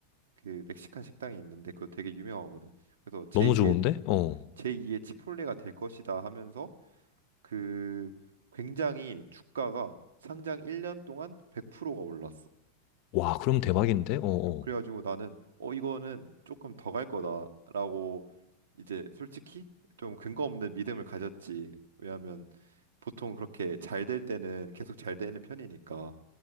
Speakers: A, on the right; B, on the left.
A: 그 멕시칸 식당이 있는데 그거 되게 유명하거든. 그래서 제2의
B: 너무 좋은데? 어.
A: 어 제2의 치폴레가 될 것이다 하면서 그 굉장히 주가가 상장 1년 동안 100%가 올랐어.
B: 와, 그럼 대박인데? 어, 어.
A: 그- 그래가지고 나는 어 이거는 조금 더 갈 거다라고 이제 솔직히 좀 근거 없는 믿음을 가졌지. 왜냐하면 보통 그렇게 잘 될 때는 계속 잘 되는 편이니까.